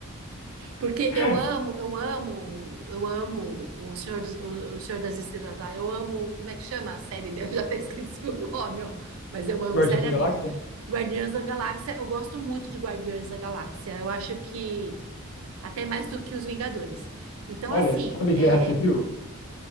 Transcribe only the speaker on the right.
Porque
eu amo, eu amo, eu amo o Senhor, dos- o, o Senhor das Estrelas lá. Eu amo, como é que chama a série dele? <laughs> Eu já até esqueci o nome, ó. Mas eu amo,
seriamente.
Guardiões da Galáxia, eu gosto muito de Guardiões da Galáxia. Eu acho que até mais do que os Vingadores. Então,
assim,
é...